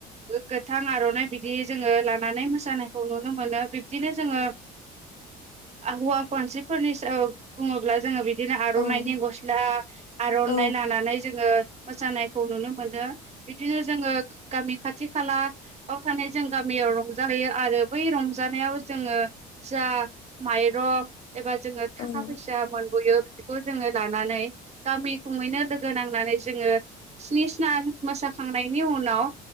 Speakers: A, on the right; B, on the left.
A: गो गोथां आर'नाइ बिदि जोङो लानानै मोसानायखौ नुनो मोनो बिब्दिनो जोङो हौवा मानसिफोरनि बुङोब्ला जोङो बिदि बिदिनो आर'नाइनि
B: औ
A: गस्ला आर'नाइ
B: औ
A: लानानै जों ङो मोसानायखौ नुनो मोनो बिदिनो जोङो गामि खाथि खालायाव थानाय जों गामियाव रंजाहैयो आरो बै रंजानायाव जोङो जा माइरं एबा जोङो थाखा
B: औ
A: फैसा मोनबोयो बेखौ जोङो लानानै गामि खङैनो लोगो नां नानै जोङो स्नि सान मोसाखांनायनि उनाव